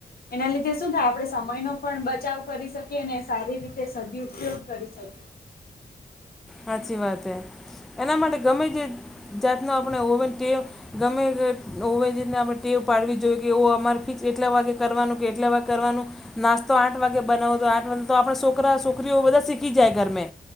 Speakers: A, on the left; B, in the centre.
A: એના લીધે શું થાય આપણેે સમયનો પણ બચાવ કરી શકીએ અને સારી રીતે સદ ઉપયોગ કરી શકીએ.
B: હાચી વાત હે એના માટે ગમે તે જાતનો આપણે ઓવન ટેક ગમે એ ઓવા રીતને ટેવ પાડવી જોઈએ કે એવું અમારે ફિક્સ એટલા વાગે કરવાનું કે એટલા વાગે કરવાનું નાસ્તો આઠ વાગે બનાવો તો આઠ વાગ તો આપણે છોકરા છોકરીઓ બધા શીખી જાય ઘરમે